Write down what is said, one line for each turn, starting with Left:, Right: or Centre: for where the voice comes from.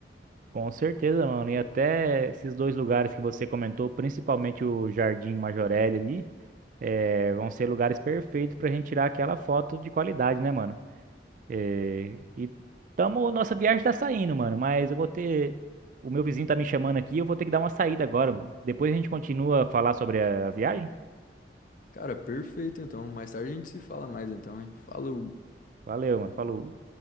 Right: Com certeza, mano. E até esses dois lugares que você comentou, principalmente o Jardim Majorelle ali, eh, vão ser lugares perfeitos pra gente tirar aquela foto de qualidade, né, mano? Eh, e tamo, nossa viagem tá saindo, mano. Mas eu vou ter. O meu vizinho tá me chamando aqui, eu vou ter que dar uma saída agora, mano. Depois a gente continua a falar sobre a a viagem.
Left: Cara, perfeito então. Mais tarde a gente se fala mais então, hein? Falou!
Right: Valeu, mano. Falou.